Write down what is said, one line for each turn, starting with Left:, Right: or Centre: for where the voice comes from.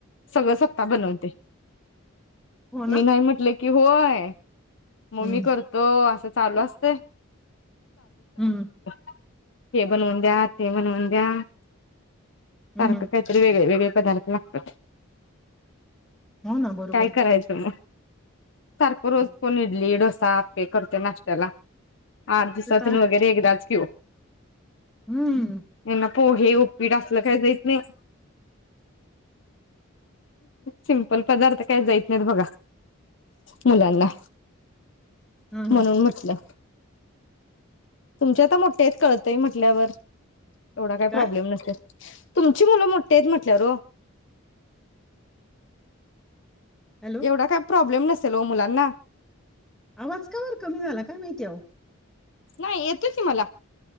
Left: सगळ सत्ता बनवते.
Centre: हो ना
Left: मी नाई म्हटले कि होय? मग
Centre: हम्म
Left: मी करतो -अस चालू असतय
Centre: हम्म
Left: <unintelligible> हे बनवून द्या ते बनवून द्या- सारख
Centre: हम्म
Left: काहीतरी वेगळ वेगळ पदार्थ लागत्यात
Centre: हो ना बरोबर
Left: काय
Centre: आहे
Left: करायच म? सारख रोज
Centre: हं.
Left: कोन इडली डो आपे करतो नाश्त्याला आठ दिवसातून
Centre: ते तर आहे.
Left: वगेरे एकदाच की ओ.
Centre: हम्म.
Left: यांना पोहे उप्पीट असल काई देत नाई - सिंपल पदार्थ काई द्याचं नायीत बघा मुलांना-
Centre: हम्म
Left: म्हणून
Centre: हम्म.
Left: म्हटल- तुमचे आता मोट्टे आयेत कळतय म्हटल्यावर एवढा कायी प्रॉब्लेम
Centre: काय
Left: नसतो तुमची मुलं मोठी आहेत म्हटल्यावर ओ.
Centre: हॅलो
Left: एवढा काय प्रॉब्लेम नस - नसेल ओ मुलांना.
Centre: आवाज काबर कमी झाला? काय माहिती आहो.
Left: नाही येतोय की मला.